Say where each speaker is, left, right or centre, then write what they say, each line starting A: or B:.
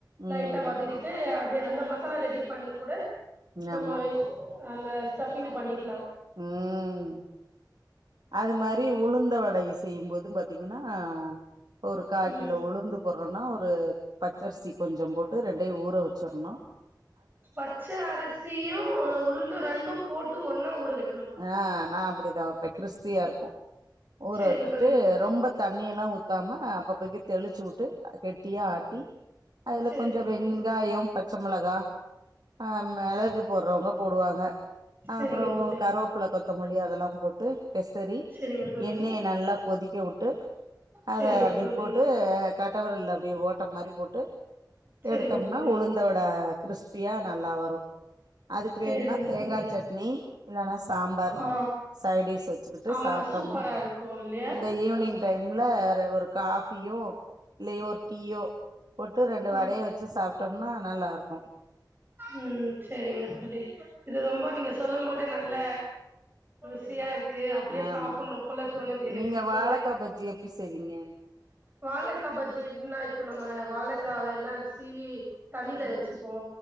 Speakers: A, on the right (about 25°); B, on the right (about 65°).
A: லைட்டா
B: ம்
A: வதகிட்டு அத் து அந்த மசாலா ரெடிப் பண்ணி கூட நம்ம
B: ஆமா
A: வெங் அந்த ஸ்டஃபிங் பண்ணிக்லா
B: ம் அது மாரி உளுந்த வடை செய்யு போது பாத்தீங்கனா இப்போ ஒரு கா
A: ம்
B: கிலோ உளுந்து போடுறனா ஒரு பச்சரிசி கொஞ்சோ போட்டு ரெண்டயு ஊற வச்சுற்ணும்
A: பச்ச அரிசியு உளுந்து ரெண்டு போட்டு ஒன்னா ஊற வே
B: ஆ நா அப்டிதா பெ கிரிஸ்பியா இருக்கொ ஊற
A: சேரிங்க
B: வச்சுட்டு
A: தோழி
B: ரொம்ப தண்ணியெல்லா ஊத்தாம ஆ அப்பப்பக்கி தெளிச்சு வுட்டு கெட்டியா ஆட்டி அதுல
A: சேரிங்க
B: கொஞ்சொ
A: தோழி
B: வெங்காயம் பச்ச மொளகா ஆ மெளகு போட்றவ்ங்க போடுவாங்க
A: சேரிங்க
B: அப்றம்
A: தோழி
B: ஓ கரோப்ல த்தமல்லி அதெல்லாம் போட்டு பெசரி
A: சேரிங்க தோழி
B: எண்ணெய நல்லா கொதிக்க வுட்டு அத
A: சேரிங்க
B: அப்டே
A: தோழி
B: போட்டு கட்டவெரல்ல அப்டியே ஓட்ட மாரி போட்டு
A: சேரிங்க
B: எடுத்தம்னா
A: தோழி
B: உளுந்த வட கிரிஸ்பியா நல்லா வரு அதுக்
A: சேரிங்க
B: வேண்னா தேங்கா
A: தோழி
B: சட்னி இல்லனா சாம்பாரு
A: ஆ
B: சைடீஸ் வெச்சுக்கிட்டு
A: ஆமா
B: சாப்ட்டம்னா
A: சூப்பரா இருக்கு இல்லையா
B: இந்த ஈவ்னிங்
A: ஆமா
B: டைம்ல ர ஒரு காஃபியோ இல்லயோர் டீயோ போட்டு ரெண்டு வடைய
A: ஆ
B: வெச்சு சாப்ட்டம்னா நல்லாருக் கு
A: உம் செரிங்க தோழி இது ரொம்ப நீங்க சொல்லும்போதே நல்ல ருசியாரு க்கு அப்டியே
B: ஆமா
A: சாப்புட்ன்னு போல தோணுது எனக்கு
B: நீங்க
A: இப்பவே
B: வாழக்கா பஜ்ஜி எப்டி செய்வீங்க
A: வாழக்கா பஜ்ஜி எப்புன்னா இப்ப நம்ம வாழக்காவ எல்லா சீவி தண்ணில வெச்சுப்போ